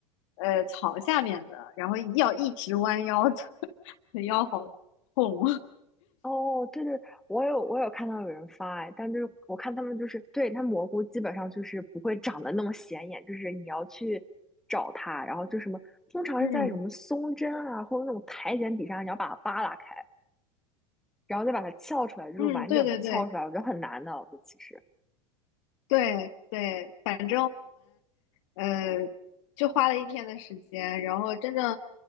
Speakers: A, on the left (about 65°); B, in the centre.
A: 呃草下面的，然后要一直弯腰的，<laughs> 腰好痛，
B: 哦，对对，我有我有看到有人发哎，但就是我看他们就是对它蘑菇基本上就是不会长得那么显眼，就是你要去找它，然后就什么通常是在什么松针啊或者那种苔藓底下，
A: <laughs> 嗯。
B: 你要把它扒拉开，然后再把它撬出来，就是完整的撬出来，
A: 嗯，对对对，
B: 我觉得很难的，我觉得其实，
A: 对对，反呃，就花了一天的时间，然后真正